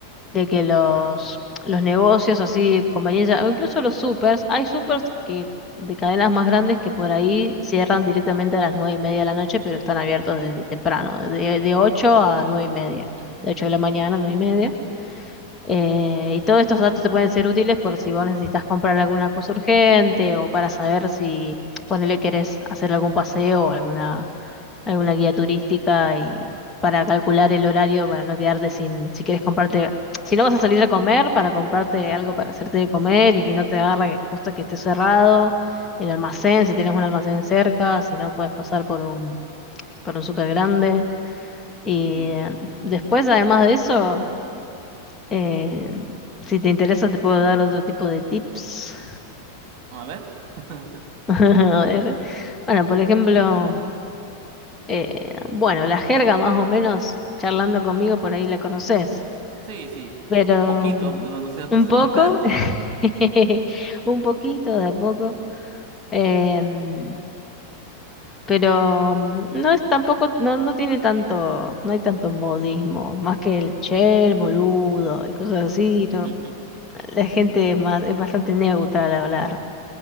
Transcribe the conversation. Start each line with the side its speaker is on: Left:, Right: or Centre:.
Left: de que los, los negocios así de conveniencia, o incluso los supers, hay supers que de cadenas más grandes que por ahí cierran directamente a las nueve y media de la noche, pero están abiertos desde temprano, de, de 8 a nueve y media,
Right: Ujú,
Left: de 8 de la mañana a nueve y media. Eh, y todos estos datos te pueden ser útiles por si vos necesitas comprar alguna cosa urgente o para saber si ponele querés hacer algún paseo o alguna alguna guía turística y para calcular el horario, para no quedarte sin, si quieres comprarte, si no vas a salir a comer, para comprarte algo para hacerte de comer y que no te agarre justo que esté cerrado, el almacén, si tienes un almacén cerca, si no puedes pasar por un, por un súper grande. Y
Right: ujú.
Left: eh, después, además de eso, eh, si te interesa, te puedo dar otro tipo de tips.
Right: A ver. <laughs>
Left: <laughs> A ver. Bueno, por ejemplo. Eh, bueno, la jerga más o menos, charlando conmigo por ahí la conoces,
Right: Sí, sí.
Left: pero
Right: Poquito,
Left: mm,
Right: pero no estoy acostumbrado.
Left: un poco, <laughs> un poquito de a poco, em, pero mm, no es tampoco, no, no tiene tanto, no hay tanto modismo, más que el che, el boludo y cosas así, ¿no?
Right: <laughs>
Left: La gente es más, es bastante neutra al hablar.